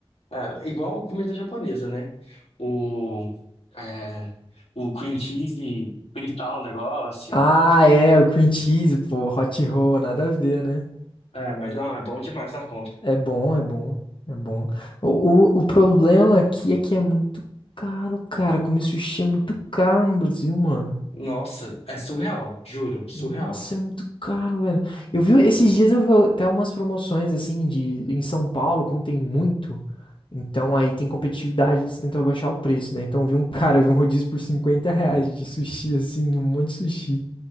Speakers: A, on the left (about 75°); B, on the left (about 55°).
A: é, igual comida japonesa, né? O, é, o cream cheese, fritar o negócio.
B: Ah, é, o cream cheese, pô, hot roll, nada a ver, né?
A: É, mas não, é bom demais da conta.
B: É bom, é bom, é bom. O, o, o problema aqui é que é muito caro, cara. Comer sushi é muito caro no Brasil, mano.
A: Nossa, é surreal, juro, surreal.
B: Nossa, é muito caro, velho. Eu vi, esses dias eu vi até umas promoções, assim, de, em São Paulo, como tem muito. Então aí tem competitividade, eles tentam abaixar o preço, né? Então eu vi um <laughs> cara, eu vi um rodízio por 50 reais de sushi, assim, um monte de sushi.